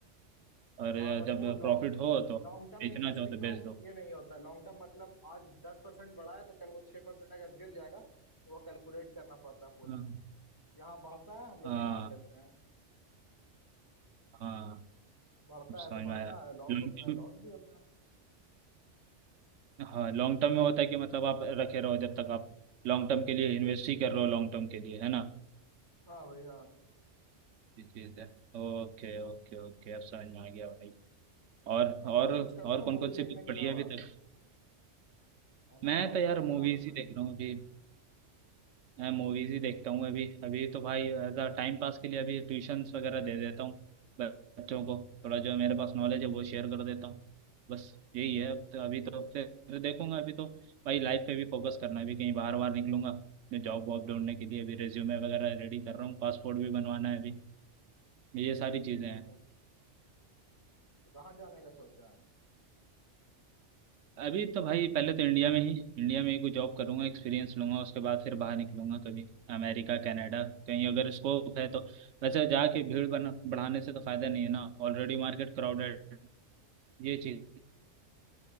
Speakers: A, on the right; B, on the left.
A: और
B: हाँ बस
A: जब
B: वो लॉन्ग
A: प्रॉफिट हो तो बेचना
B: लॉन्ग टर्म इन्वेस्टिंग
A: चाहो तो
B: में वो
A: बेच दो
B: ये नहीं होता लॉन्ग टर्म मतलब आज दस परसेंट बढ़ा है तो कल वो छह परसेंट अगर गिर जाएगा तो वो कैलकुलेट करना पड़ता है पूरा
A: हाँ
B: यहाँ बढ़ता है हम लोग
A: हाँ
B: निकाल लेते हैं
A: हाँ,
B: बढ़ता
A: अब समझ
B: है तो बढ़ता
A: में आया
B: है लॉस
A: लॉन्ग
B: होता
A: टर्म
B: है लॉस भी होता है
A: हाँ लॉन्ग टर्म में होता है कि मतलब आप रखे रहो जब तक आप लॉन्ग टर्म के लिए इन्वेस्ट ही कर रहे हो लॉन्ग टर्म के लिए है ना
B: हाँ भाई हाँ
A: ये चीज़ है ओके ओके ओके अब समझ में आ गया भाई और
B: तो
A: और
B: और कुछ करते
A: और
B: हो
A: कौन
B: मूवीज
A: कौन
B: देखने
A: सी बुक
B: के
A: पढ़ी
B: अलावा
A: है अभी तक
B: मैंने
A: मैं
B: बहुत
A: तो यार
B: सारी किताबें
A: मूवीज
B: पढ़
A: ही देख
B: ली
A: रहा हूँ अभी मैं मूवीज ही देखता हूँ अभी अभी तो भाई एज अ टाइम पास के लिए अभी ट्यूशन्स वगैरह दे देता हूँ बच्चों को थोड़ा जो मेरे पास नॉलेज है वो शेयर कर देता हूँ बस यही है अब तो अभी तो फिर तो देखूंगा अभी तो भाई लाइफ पे भी फोकस करना है अभी कहीं बाहर बाहर निकलूंगा मैं जॉब वॉब ढूंढने के लिए अभी रेज्यूमे वगैरह रेडी कर रहा हूँ पासपोर्ट भी बनवाना है अभी ये सारी चीज़ें
B: ओह,
A: हैं
B: तो कहाँ जाने का सोचा है
A: अभी तो भाई पहले तो इंडिया में ही इंडिया में ही कोई जॉब करूंगा एक्सपीरियंस लूंगा उसके बाद फिर बाहर निकलूंगा कभी अमेरिका कनाडा कहीं अगर स्कोप है तो वैसे जाके भीड़ बना बढ़ाने से तो फायदा नहीं है ना ऑलरेडी मार्केट क्राउडेड ये चीज़